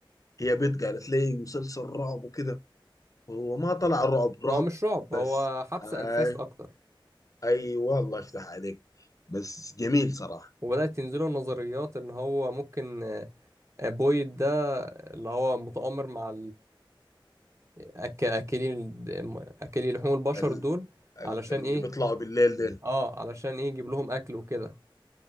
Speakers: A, on the left; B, on the right.
A: هي بنت قالت لي مسلسل رعب وكده هو ما طلع رعب رعب
B: هو مش رعب هو
A: بس
B: حبس
A: آه
B: انفاس اكتر
A: ايوه الله يفتح عليك بس جميل صراحه
B: وبدأت تنزله النظريات ان هو ممكن آه، بويد ده اللي هو متآمر مع أك... اكلين اكلي لحوم البشر
A: ال...
B: دول
A: ال...
B: علشان
A: اللي
B: ايه
A: بيطلعوا بالليل ديل
B: اه علشان ايه يجيب لهم اكل وكده